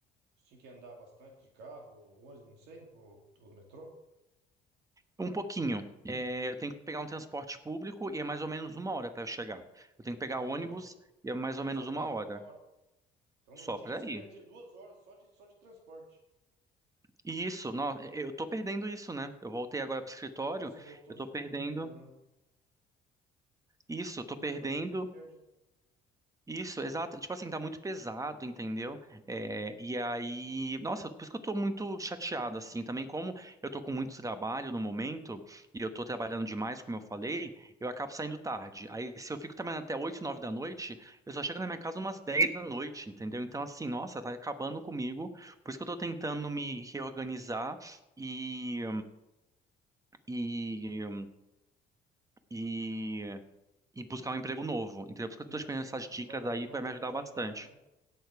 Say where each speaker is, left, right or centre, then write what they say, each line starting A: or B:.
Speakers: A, on the right; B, on the right.
A: Você tinha que andar bastante de carro, ou ônibus, não sei, ou, ou metrô?
B: Um pouquinho. É, eu tenho que pegar um transporte público e é mais ou menos uma hora para eu chegar. Eu tenho que pegar
A: Ah,
B: ônibus
A: então
B: e é mais ou menos
A: só para
B: uma
A: ir
B: hora.
A: uma hora. Então
B: Só
A: no dia
B: para
A: você
B: ir.
A: perdia duas horas só de, só de transporte.
B: E isso, não, eu tô perdendo isso, né? Eu voltei agora pro escritório,
A: Ah, Você voltou,
B: eu tô
A: você falou?
B: perdendo
A: Não,
B: isso,
A: é
B: eu tô
A: duas
B: perdendo
A: horas que a gente perde, né?
B: Isso, exato. Tipo assim, tá muito pesado, entendeu? É, e aí, nossa, por isso que eu tô muito chateado, assim, também como eu tô com muito trabalho no momento, e eu tô trabalhando demais, como eu falei, eu acabo saindo tarde. Aí, se eu fico trabalhando até 8, 9 da noite, eu só chego na minha casa umas 10 da noite, entendeu? Então, assim, nossa, tá acabando comigo. Por isso que eu tô tentando me reorganizar e, e, e, e buscar um emprego novo, entendeu? Por isso que eu tô
A: Sim,
B: te pedindo
A: sim.
B: essas dicas
A: Novas,
B: aí,
A: novas
B: vai me
A: oportunidades,
B: ajudar bastante.
A: né?